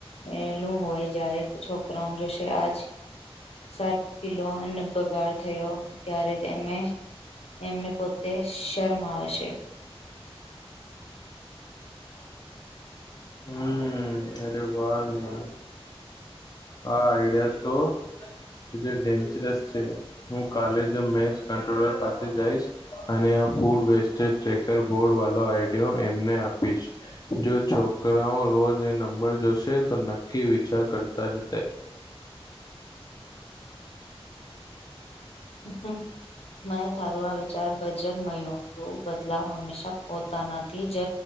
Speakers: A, on the left (about 75°); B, on the left (about 40°).
A: એલું હોય જ્યારે છોકરાઓ જોશે આજ સાત કિલો અને બગાડ થયો ત્યારે એમે એમને પોતે શર્મા હશે
B: હમ અરે વાહ નિયા હા આઈડિયા તો જે ડેન્જરસ છે હું કાલે જ મેશ કટ્રોલર પાસે જઈશ અને ફૂડ વેસ્ટેજ ટ્રેકર બોર્ડ <unintelligible> આઈડયો એમને આપીશ જો છોકરાઓ રોજ એ નંબર જોશે તો નક્કી વિચાર કરતા હશે
A: હમ મને તારું આ વિચાર ભજગ મળ્યો જો બદલાવ હંમેશા પોતાનાથી જ